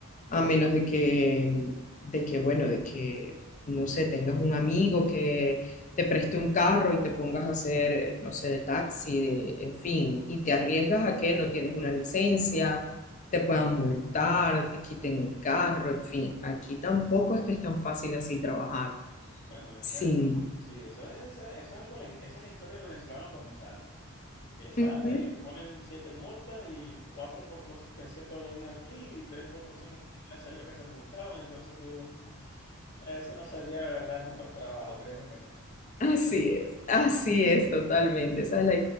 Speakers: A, on the left; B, on the left.
A: a menos de que, de que, bueno, de que, no sé, tengas un amigo que te preste un carro y te pongas a hacer, eh, no sé, de taxi, de, en fin, y te arriesgas a que no tienes una licencia, te puedan multar, te quiten el carro, en fin, aquí tampoco es que es tan fácil así trabajar.
B: Bueno, ese,
A: Sí.
B: sí, eso es, eso es algo, la- esa es la historia del venezolano cuando sale, que sale
A: Ujú.
B: y te ponen siete multas y cuatro por cosas que hacía todos los días aquí y tres por cosas que ni siquiera sabía que se multaban, entonces tú, <laughs> eso no sería de verdad el mejor trabajo, créeme que no.
A: Así es, así es totalmente. Esa es la